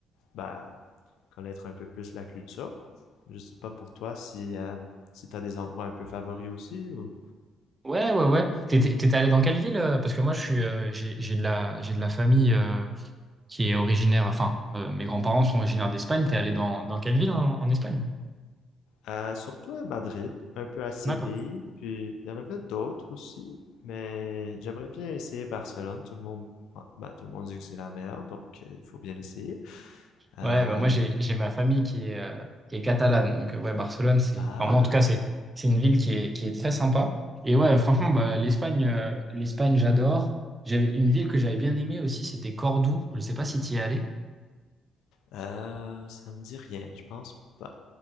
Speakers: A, on the left (about 70°); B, on the right (about 25°).
A: ben, connaître un peu plus la culture. Je sais pas pour toi si, euh, si tu as des endroits un peu favoris aussi ou.
B: Ouais ouais ouais. T'étais t'étais allé dans quelle ville? euh, Parce que moi je suis euh, j'ai j'ai de la j'ai de la famille euh, qui est originaire, enfin, euh, mes grands-parents sont originaires d'Espagne. T'es allé dans, dans quelle ville en, en Espagne?
A: Euh, surtout à Madrid, un peu à Séville,
B: D'accord.
A: puis il y en avait d'autres aussi, mais j'aimerais bien essayer Barcelone. Tout le monde, bah, tout le monde dit que c'est la meilleure, donc euh, il faut bien l'essayer. Euh,
B: Ouais, bah, moi, j'ai, j'ai ma famille qui est, euh, qui est catalane. Donc, euh, ouais, Barcelone, c'est,
A: ah,
B: enfin, moi, en tout cas, c'est, c'est une ville qui est, qui est très sympa. Et ouais, franchement, bah, l'Espagne, euh, l'Espagne, j'adore. J'avais une ville que j'avais bien aimée aussi, c'était Cordoue. Je ne sais pas si tu y es allé.
A: euh, ça me dit rien. Je pense pas